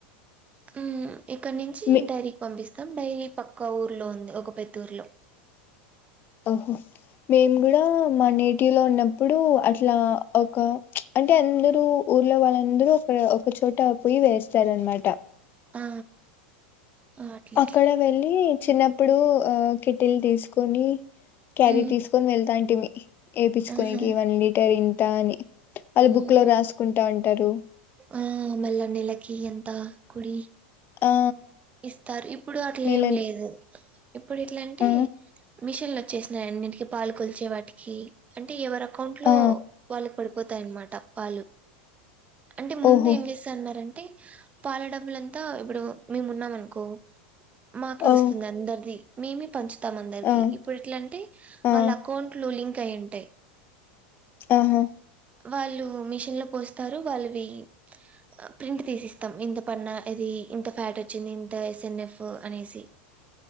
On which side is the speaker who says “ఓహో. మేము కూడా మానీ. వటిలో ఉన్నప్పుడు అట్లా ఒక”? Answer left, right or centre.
Left